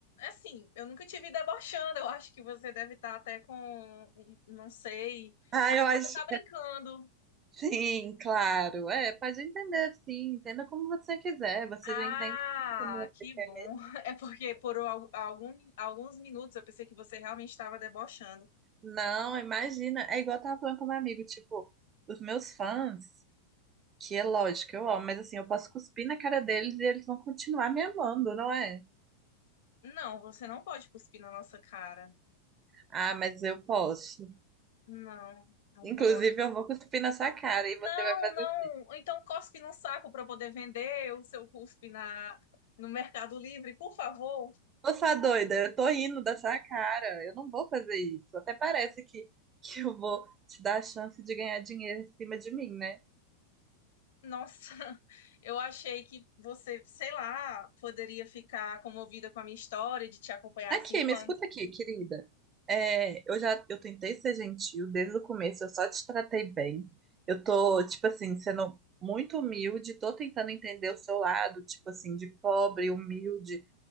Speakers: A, on the left; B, on the right.
A: assim, eu nunca te vi debochando. Eu acho que você deve estar até com, um, um, não sei,
B: Ah,
A: acho
B: eu acho.
A: que você tá brincando.
B: Sim, claro. É, pode entender, sim. Entenda como você quiser. Você
A: Ah,
B: já entende como
A: que
B: você quer
A: bom. <laughs> É porque por al- algum, alguns minutos eu pensei que você realmente estava debochando.
B: Não, imagina. É igual eu tava falando com meu amigo, tipo, os meus fãs, que é lógico, eu amo, mas assim, eu posso cuspir na cara deles e eles vão continuar me amando, não é?
A: Não, você não pode cuspir na nossa cara.
B: Ah, mas eu posso.
A: Não, não
B: Inclusive,
A: pode.
B: eu vou cuspir na sua cara e
A: Não,
B: você vai fazer.
A: não. Então cospe num saco para poder vender o seu cuspe na, no Mercado Livre, por favor.
B: Ô, sua doida, eu tô rindo da sua cara. Eu não vou fazer isso. Até parece que, que eu vou te dar a chance de ganhar dinheiro em cima de mim, né?
A: Nossa, <laughs> eu achei que você, sei lá, poderia ficar comovida com a minha história de te acompanhar
B: Aqui,
A: há cinco
B: me
A: anos.
B: escuta aqui, querida. É, eu já eu tentei ser gentil desde o começo, eu só te tratei bem. Eu tô, tipo assim, sendo muito humilde, tô tentando entender o seu lado, tipo assim, de pobre, humilde,